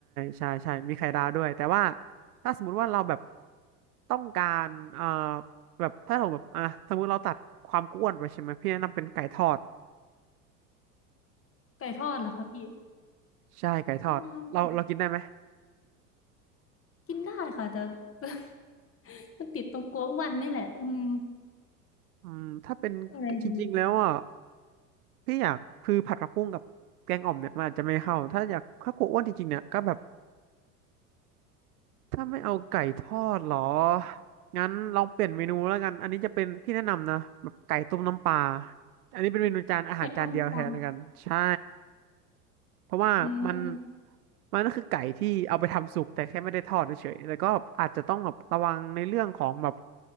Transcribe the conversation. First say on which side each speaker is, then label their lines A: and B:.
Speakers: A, on the right (about 65°); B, on the left (about 30°).
A: ใช่ใช่มีไข่ดาวด้วยแต่ว่าถ้าสมมติว่าเราแบบต้องการเอ่อแบบถ้าเราแบบอ่ะสมมติเราตัดความอ้วนไปใช่ไหมพี่แนะนำเป็นไก่ทอด
B: ไก่ทอดเหรอคะพี่
A: ใช่ไก่ทอดเราเรากินได้ไหม
B: อืมกินได้ค่ะแต่ <laughs> มันติดตรงกลัวอ้วนนี่แหละอืม
A: อืมถ้าเป็น
B: ยังไงดี
A: จริงๆแล้วอ่ะพี่อยากคือผัดผักบุ้งกับแกงอ่อมเนี่ยมันอาจจะไม่เข้าถ้าอยากถ้ากลัวอ้วนจริงๆเนี่ยก็แบบ ถ้าไม่เอาไก่ทอดเหรองั้นลองเปลี่ยนเมนูแล้วกันอันนี้จะเป็นพี่แนะนำนะแบบไก่ต้มน้ำปลาอันนี้เป็นเมนูจานอาหารจานเดียวแทนแล้วกันใช่
B: แต่ก็ไม่ฟัง
A: เพราะว่ามัน
B: อืม
A: มันก็คือไก่ที่เอาไปทำสุกแต่แค่ไม่ได้ทอดเฉยๆแล้วก็อาจจะต้องแบบระวังในเรื่องของแบบ